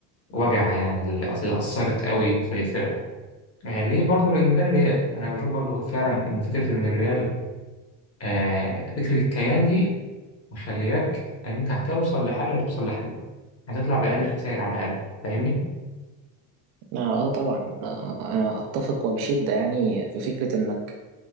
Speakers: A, on the left (about 30°); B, on the right (about 70°).
A: وجع يعني اللي اللي أثرت قوي في الفرقة آه ليه برضو لأن ده الريال أنا بشوف برضو فعلا إن فكرة إن الريال آه فكرة الكيان دي مخلياك إن أنت هتوصل لحل هتوصل لحل هتطلع بأقل الخسائر على الأقل فاهمني؟
B: اه طبعا انا انا اتفق وبشده يعني في فكره انك